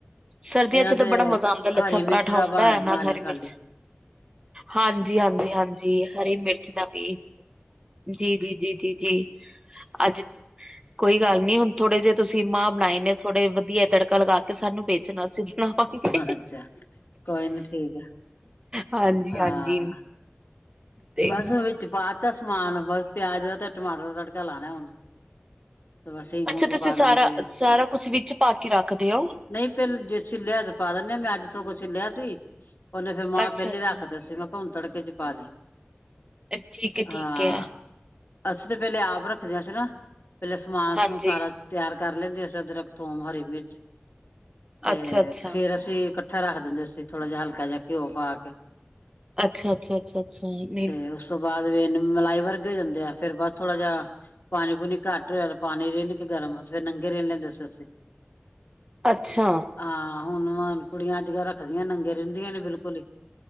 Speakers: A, on the right (about 20°); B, on the left (about 55°).
A: ਸਰਦੀਆਂ
B: ਇਹਨਾਂ
A: ਚ ਤਾਂ
B: ਤੇ
A: ਬੜਾ ਮਜ਼ਾ ਆਉਦਾ ਲੱਛਾ
B: ਹਰੀ ਮਿਰਚ
A: ਪਰਾਂਠਾ
B: ਦਾ
A: ਹੁੰਦਾ
B: ਭਾਵੇਂ
A: ਹੈ
B: ਬਣਾ
A: ਨਾਲ
B: ਲਿਆ
A: ਹਰੇ-
B: ਖਾਲੀ
A: ਮਿਰਚ ਹਾਂਜੀ- ਹਾਂਜੀ ਹਾਂਜੀ ਹਰੀ ਮਿਰਚ ਦਾ ਵੀ ਜੀ- ਜੀ ਜੀ- ਜੀ ਜੀ, ਅੱਜ ਕੋਈ ਗੱਲ ਨੀ ਹੁਣ ਥੋੜੇ ਜਹੇ ਮਾਂ ਬਣਾਏ ਨੇ ਥੋੜੇ ਵਧੀਆ ਤੜਕਾ ਲਗਾ ਕੇ ਸਾਨੂੰ ਵੇਚਣਾ ਸੀ, ਘਿਉਂ ਪਾਕੇ।
B: ਹਾਂ ਅੱਛਾ ਕੋਈ ਨੀ ਠੀਕ ਆ
A: ਹਾਂਜੀ-
B: ਹਾਂ।
A: ਹਾਂਜੀ। ਤੇ
B: ਬਸ ਵਿੱਚ ਪਾਤਾ ਸਮਾਨ ਬਸ ਪਿਆਜ ਦਾ ਤੇ ਟਮਾਟਰ ਦਾ ਤੜਕਾ ਲਾਣਾ ਹੁਣ। ਤੇ ਬਸ ਹਿੰਗ
A: ਅੱਛਾ
B: ਹੁੰਗ
A: ਤੁਸੀਂ
B: ਪਾ ਦਾਂਗੇ
A: ਸਾਰਾ- ਸਾਰਾ ਕੁਛ ਵਿੱਚ ਪਾ ਕੇ ਰੱਖਦੇ ਹੋ?
B: ਨਹੀਂ ਫੇਰ ਜੇ ਛਿੱਲਿਆ ਤੇ ਪਾ ਦਿੰਨੇ ਆ ਮੈਂ ਅੱਜ ਸਗੋਂ ਛਲਿਆ ਸੀ। ਉਹਨੇ ਫੇਰ ਮਾਂ
A: ਅੱਛਾ
B: ਪਹਿਲੀ
A: ਅੱਛਾ
B: ਰੱਖ ਦਿੱ ਸੀ ਮੈਂ ਕਿਹਾ ਹੁਣ ਤੜਕੇ ਚ ਪਾ ਲਈ।
A: ਠੀਕ ਹੈ- ਠੀਕ
B: ਹਾਂ
A: ਹੈ।
B: ਅਸੀਂ ਤਾਂ ਪੇਲੇ ਆਪ ਰੱਖਦੇ ਹਾ ਸੀ ਨਾ ਪਹਿਲੇ ਸਮਾਨ-
A: ਹਾਂਜੀ
B: ਸਮੂਨ ਸਾਰਾ। ਤਿਆਰ ਕਰ ਲੈਂਦੇ ਅਸੀਂ ਅਦਰਕ ਤੋਂ ਹਰੀ ਮਿਰਚ ਤੇ
A: ਅੱਛਾ ਅੱਛਾ
B: ਫੇਰ ਅਸੀਂ ਪੱਠ ਰੱਖਿੰਦੇ ਸੀ ਥੋੜਾ ਜਿਹਾ ਹਲਕਾ ਜਿਹਾ ਘਿਓ ਪਾ ਕੇ।
A: ਅੱਛਾ- ਅੱਛਾ, ਅੱਛਾ। ਸ <unintelligible>
B: ਤੇ ਉਸ ਤੋਂ ਬਾਅਦ ਵੇ ਮਲਾਈ ਵਰਗ ਹੋ ਜਾਂਦੇ ਆ ਫੇਰ ਬਾਅਦ ਥੋੜਾ ਜਾਿਹਾ। ਪਾਣੀ ਪੂਣੀ ਘੱਟ ਹੋਇਆ ਪਾਣੀ ਰਿਨ ਕਿ ਗਰਮ ਫੇਰ ਨੰਗੇ ਰਹਿਂ ਲੈਂਦੇ ਸੀ ਅਸੀਂ।
A: ਅੱਛਾ।
B: ਹਾਂ ਹੁਣ ਕੁੜੀਆਂ ਅੱਜ ਕੱਲ ਰੱਖਦੀਆਂ ਨੰਗੇ ਰਹਿੰਦੀਆਂ ਨੇ ਬਿਲਕੁਲ ਹੀ।